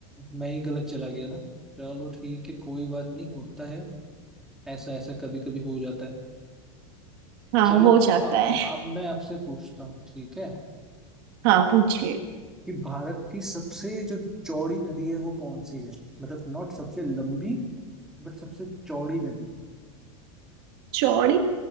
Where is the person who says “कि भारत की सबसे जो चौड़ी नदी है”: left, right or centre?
Centre